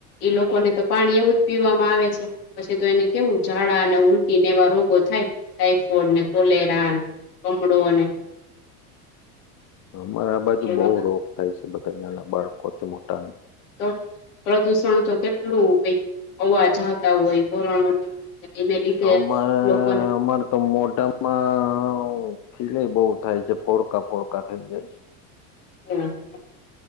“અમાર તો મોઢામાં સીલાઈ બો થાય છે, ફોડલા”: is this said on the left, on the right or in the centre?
Left